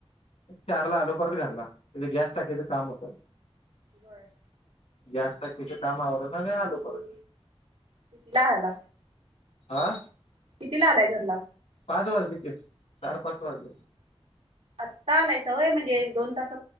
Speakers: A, on the left; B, on the right.
A: चारला आलो परत गारला गॅस स्टाक कामत
B: बर
A: जास्त तिच्या कामावर ना आलो बरो
B: कितीला हला
A: आा
B: किती ला आलाय घरला
A: पाच वाज लेस च पाच वाज
B: आतालाय सवय म्हणजे एक दोन तास